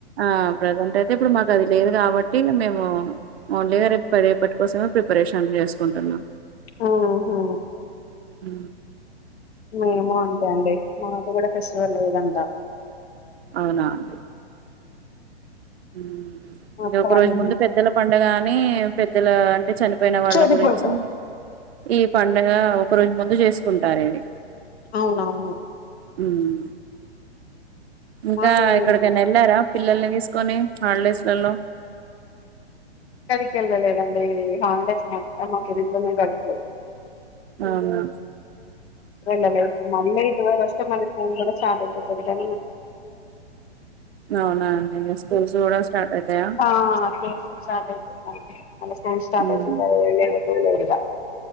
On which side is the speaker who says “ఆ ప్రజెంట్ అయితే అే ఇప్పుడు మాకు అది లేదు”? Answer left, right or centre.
Right